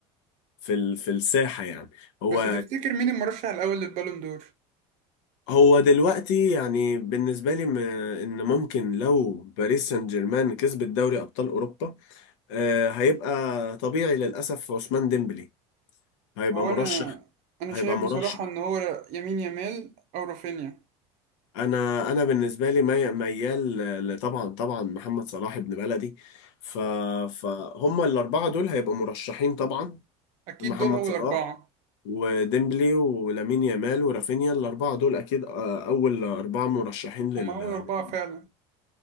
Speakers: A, on the left; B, on the right.
A: في ال- في الساحة يعني هو
B: بس تفتكر مين المرشح الأول للبالون دور؟
A: هو دلوقتي يعني بالنسبة لي م- ان ممكن لو باريس سان جيرمان كسبت دوري ابطال اوروبا آه، هيبقى طبيعي للاسف عثمان ديمبلي هيبقى
B: هو
A: مرشح
B: أنا أنا
A: هيبقى
B: شايف
A: مرشح
B: بصراحة إن هو يمين يامال أو رافينيا
A: انا انا بالنسبة لي مي- ميال ل- طبعا طبعا محمد صلاح ابن بلدي ف فهم الاربعة دول هيبقوا مرشحين طبعا
B: أكيد
A: محمد
B: دول أول
A: صلاح
B: أربعة
A: وديمبلي ولامين يامال ورافينيا الأربعة دول أكيد آه، أول أربعة مرشحين لل...
B: هما أول أربعة فعلا